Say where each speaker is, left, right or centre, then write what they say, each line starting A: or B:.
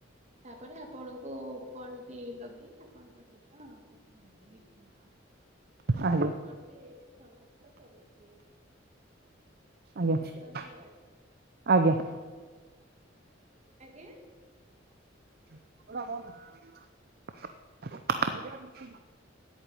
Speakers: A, on the right; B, on the right.
A: ତାପରେ ଆପଣଙ୍କୁ କଲ୍ ଲଗେଇି ଆପଣଙ୍କ ସହିତ କଥା ହେବି ନିଶ୍ଚିନ୍ତ। ମୁଁ
B: ଆଜ୍ଞା
A: ମର କଣ୍ଟି ଏଇଠି ସମାପ୍ତ କରିଛି
B: ଆଜ୍ଞା
A: ଧନ୍ୟବାଦ
B: ଆଜ୍ଞା
A: ଆଜ୍ଞ
B: ବ